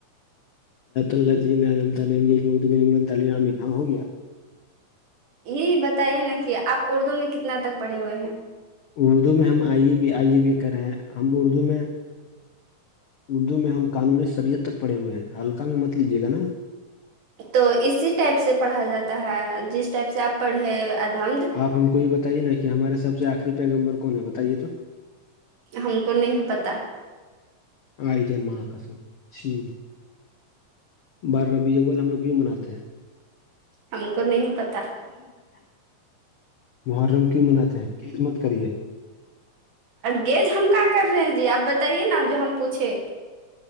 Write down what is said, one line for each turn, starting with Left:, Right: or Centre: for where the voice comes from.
Left: اللہ جیعم تعلیمامین ہ ہو گیا
Right: یہی بتائیے نا کہ آپ اردو میں کتنا تک پڑھے ہوئے ہیں
Left: اردو میں ہم آئیے بھی آئیے بھی کر رہے ہیں ہم اردو میں اردو میں ہم قانوون سریت تک پڑے ہوئے ہیں حلقہ میں مت لیجیے گا نا
Right: تو اسی ٹائپ سے پڑھا جاتا ہے جس ٹائپ سے آپ پڑھے الحمد
Left: آپ ہم کو یہ بتائیے نا کہ ہمارے سب آخری پیگ نمبر کون ہے بتائیے تو
Right: ہم کو نہیں پتا
Left: آئے تھے ماں کا س جی بار ربیے بول ہم لوگ کییوں مناتے ہیں
Right: ہم کو نہیں پتا
Left: یہی کتا محرم کیوں مناتے ہیں خدمت کریے
Right: گیز ہم کا کر رہے ہیں جی آپ بتائیے نا جو ہم پوچھے